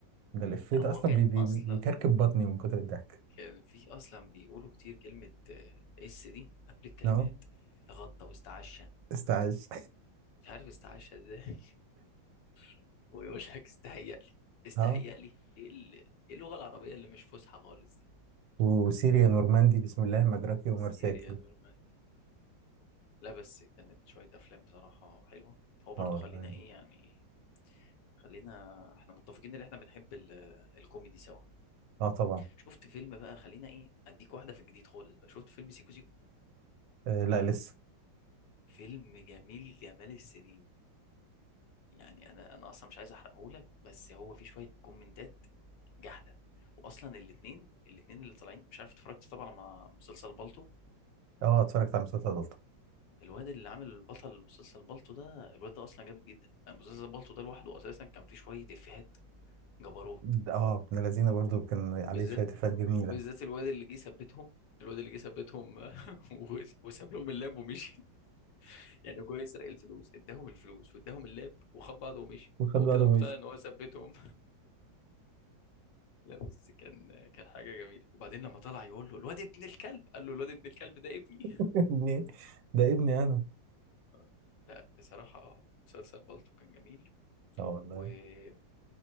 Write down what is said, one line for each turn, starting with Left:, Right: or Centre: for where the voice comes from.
Right: ده الإفيه
Left: لا
Right: ده
Left: هو
Right: أصلا
Left: كان
Right: بي بي
Left: اصلا
Right: بيكركب بطني من كتر الضحك
Left: كان في اصلا بيقولوا كتير كلمه آه، اس دي قبل الكلمات
Right: اه
Left: تغطى واستعشى
Right: استعاذ
Left: مش عارف استعشى ازاي <laughs> هو يقول لك استهيأ لي
Right: <laughs>
Left: استهيأ
Right: اه
Left: لي ايه ال- إيه اللغه العربيه اللي مش فصحى خالص دي
Right: وسيريا نورماندي بسم الله مجراكي ومرساكي
Left: سيريا نورمان لا بس كانت شويه افلام بصراحه حلوه هو برضو
Right: اه والله
Left: خلينا ايه يعني خلينا احنا متفقين ان احنا بنحب ال- الكوميدي سوا
Right: اه طبعا
Left: شفت فيلم بقى خلينا ايه اديك واحده في الجديد خالص بقى شفت فيلم سيكو سيكو
Right: آه لا لسه
Left: فيلم جميل جمال السنين يعني انا انا اصلا مش عايز احرقهولك بس هو في شويه كومنتات جحده واصلا الاثنين الاثنين اللي طالعين مش عارف اتفرجت طبعا على مسلسل بالطو
Right: اه اتفرجت على مسلسل بلطو
Left: الواد اللي عامل بطل مسلسل بالطو ده الواد ده اصلا جامد جدا يعني مسلسل بالطو ده لوحده اساسا كان فيه شويه افيهات جبروت
Right: ده- اه ابن لذينه برضو كان عليه
Left: وبالذات
Right: شوية إفيهات جميلة
Left: وبالذات الواد اللي جه ثبتهم الواد اللي جه ثبتهم <laughs> و- وساب لهم اللاب ومشي يعني هو جاي يسرق الفلوس اداهم الفلوس واداهم اللاب وخد بعضه ومشي
Right: وخد
Left: هو
Right: بعضه
Left: كده مقتنع
Right: ومشي
Left: ان هو ثبتهم لا بس كان كان حاجة جميلة وبعدين لما طلع يقول له الواد ابن الكلب قال له الواد ابن الكلب ده ابني
Right: <laughs> ابني ده ابني أنا
Left: <laughs> لا بصراحة مسلسل بالطو كان جميل
Right: اه والله
Left: وهو